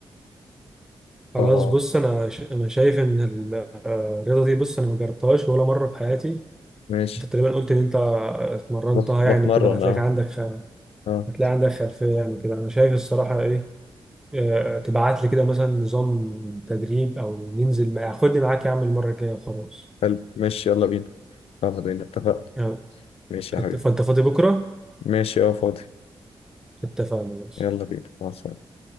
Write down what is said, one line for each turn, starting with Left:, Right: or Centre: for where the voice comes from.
Left: <laughs>
Centre: خلاص
Left: اه
Centre: بص أنا ش... أنا شايف إن ال- الرياضة دي بص أنا ما جربتهاش ولا مرة في حياتي
Left: ماشي
Centre: أنت تقريبا قلت إن أنت اتمرنتها
Left: بت... بتمرن
Centre: يعني وكده هتلاقيك
Left: اه
Centre: عندك خ...
Left: اه
Centre: هتلاقي عندك خلفية يعني وكده أنا شايف الصراحة إيه آه، تبعت لي كده مثلا نظام تدريب او ننزل مع- خدني معاك يا عم المره الجايه وخلاص
Left: حلو ماشي يلا بينا يلا بينا اتفقنا
Centre: آه،
Left: ماشي يا
Centre: اتف-
Left: حبيبي
Centre: فانت فاضي بكره
Left: ماشي اه فاضي
Centre: اتفقنا
Left: يلا بينا مع السلامة